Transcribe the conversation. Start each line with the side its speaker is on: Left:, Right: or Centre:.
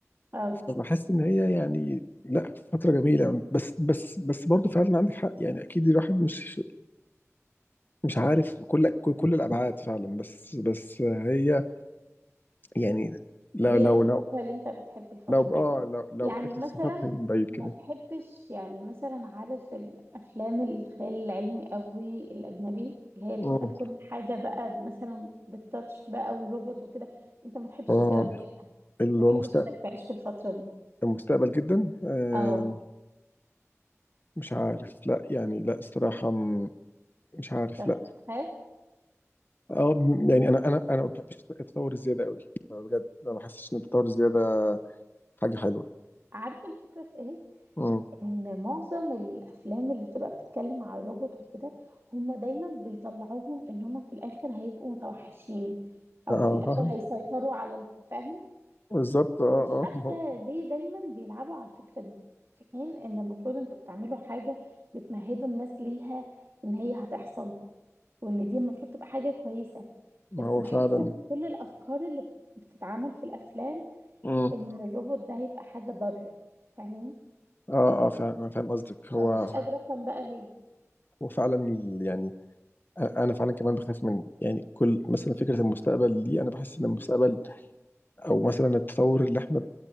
Right: أو
Left: فبحس إن هي يعني لا فترة جميلة بس بس بس برضه فعلا عندك حق يعني أكيد الواحد مش مش عارف كل كل كل الابعاد فعلا بس بس هي يعني لو
Right: هي
Left: لو
Right: في المجمل
Left: لو
Right: اللي أنت بتحب الفترة
Left: لو اه لو لو
Right: يعني
Left: بشكل
Right: مثلا
Left: سطحي من بعيد
Right: ما
Left: كده
Right: بحبش يعني مثلا عارف الافلام الخيال العلمي قوي الاجنبي اللي هي
Left: اه
Right: بتبقى كل حاجه بقى مثلا بالتاتش بقى والروبوت وكده انت ما تحبش
Left: اه
Right: الجو ده يعني
Left: اللي
Right: ما تحبش
Left: هو المستقبل
Right: انك تعيش في الفتره دي
Left: المستقبل جدا آه
Right: اه
Left: مش عارف لا يعني لا الصراحة م- مش عارف
Right: بتخ-
Left: لا
Right: بتخاف
Left: اه م- يعني انا انا انا ما بحبش التطور الزيادة قوي بجد ما بحسش ان التطور الزيادة حاجة حلوة
Right: عارفه الفكره في ايه
Left: امم
Right: ان معظم الافلام اللي بتبقى بتتكلم على الروبوت وكده هم دايما بيطلعوهم ان هم في الاخر هيبقوا متوحشين او
Left: اه
Right: في الاخر
Left: آه،
Right: هيسيطروا على الفاهم
Left: بالظبط اه
Right: مش
Left: اه
Right: عارفة
Left: ما هو
Right: ليه دايما بيلعبوا على الفكرة دي في حين ان المفروض انتوا بتعملوا حاجة بتمهدوا الناس ليها ان هي هتحصل وان دي المفروض تبقى حاجة كويسة
Left: ما
Right: بس
Left: هو
Right: بحس
Left: فعلا
Right: ان كل الافكار اللي بتتعمل في الافلام
Left: امم
Right: ان الروبوت ده هيبقى حاجة ضارة فاهمين
Left: اه اه فعلا انا فاهم قصدك هو
Right: فمش قادرة افهم بقى ليه
Left: وفعلا ال- يعني أ- انا فعلا كمان بخاف من يعني كل مثلا فكره المستقبل دي انا بحس ان المستقبل او مثلا التطور اللي احنا